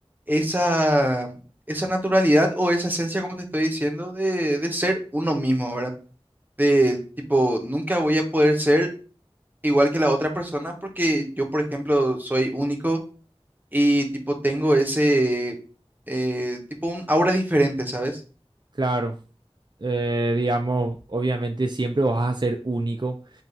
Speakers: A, on the right; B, on the right.
A: esa, esa naturalidad o esa esencia, como te estoy diciendo, de, de ser uno mismo, ¿verdad? De tipo, nunca voy a poder ser igual que la otra persona porque yo, por ejemplo, soy único y tipo, tengo ese, eh, tipo, un aura diferente, ¿sabes?
B: claro. Eh, digamos, obviamente siempre vas a ser único.